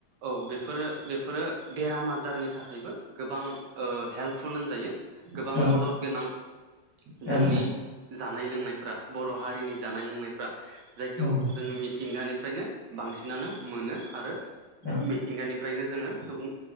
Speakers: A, on the right; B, on the left.
A: औ बे बेफोरो बेफोरो बेराम आजारनि थाखायबो गोबां हेल्पफुल होनजायो गोबां
B: औ
A: मदद गोनां
B: ओं
A: जोंनि जानाय लोंनायफ्रा बर' हारिनि जानाय लोंनायफ्रा जायखौ
B: ओं
A: जोङो मिथिंगानि फ्रायनो बांसिनानो मोनो आरो
B: ओं
A: मिथिंगानिफ्रायनो जोङो सुबुं